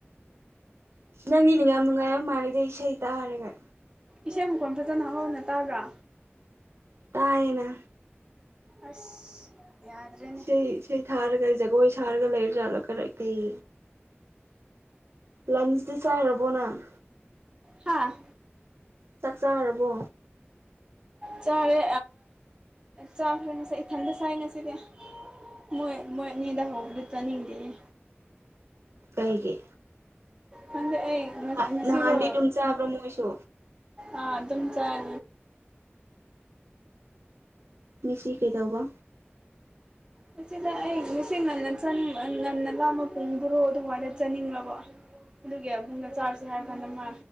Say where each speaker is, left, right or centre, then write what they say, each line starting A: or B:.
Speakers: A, on the right (about 80°); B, on the right (about 20°).
A: ꯏꯁꯩ ꯅꯪꯗꯤ ꯌꯥꯝ ꯅꯨꯡꯉꯥꯏꯔ ꯃꯥꯥꯟꯜꯂꯤꯗ ꯏꯁꯩ ꯇꯥꯔꯒ
B: ꯏꯁꯩ ꯃꯈꫭꯟ ꯐꯖꯅ ꯍꯥꯎꯅ ꯇꯥꯕ꯭ꯔꯥ
A: ꯇꯥꯌꯦꯅ
B: ꯑꯁ ꯌꯥꯗ꯭ꯔꯦꯅꯦ
A: ꯁ ꯏꯁꯩ ꯊꯥꯔꯒꯖꯒ ꯁꯥꯔꯒ ꯂꯩꯔꯖꯠꯂꯥ ꯈꯔ ꯀꯩ ꯂꯟꯆꯗꯤ ꯆꯥꯔꯕꯣꯅꯪ
B: ꯍꯥꯥ
A: ꯆꯥꯛ ꯆꯔꯥꯕꯣ
B: ꯆꯥꯔꯦ ꯆꯥꯈꯔ ꯉꯁꯥꯏ ꯏꯊꯟꯗ ꯆꯥꯏ ꯉꯁꯤꯗꯤ ꯃꯣꯏ ꯃꯣꯏ ꯑꯅꯤꯗ
A: ꯅꯣꯏ
B: ꯍꯧꯕꯗꯨ ꯆꯥꯅꯤꯡꯗꯦꯌ‌ꯦ
A: ꯀꯩꯒꯤ
B: ꯍꯪꯗꯛ ꯑꯩ
A: ꯅꯍꯥꯟ
B: ꯉ ꯉꯁꯤꯗꯣ
A: ꯅꯍꯥꯟꯗꯤ ꯑꯗꯨꯝ ꯆꯥꯕ꯭ꯔꯥ ꯃꯣꯏꯁꯨ
B: ꯑꯥ ꯑꯗꯨꯝ ꯆꯥꯏ
A: ꯃꯤꯁꯤ ꯀꯩꯗꯧꯕ
B: ꯃꯁꯤꯗ ꯑꯩ ꯉꯁꯤ ꯉꯟꯅꯅꯤꯡ ꯉꯟꯅꯒ ꯄꯨꯡꯗꯨꯔꯣ ꯑꯗꯨꯃꯥꯏꯅ ꯆꯥꯅꯤꯡꯂꯕ ꯑꯗꯨꯒꯤ ꯑꯕꯟꯒ ꯆꯥꯔꯁꯦ ꯍꯥꯏꯔ ꯀꯥꯟꯗ ꯃꯥ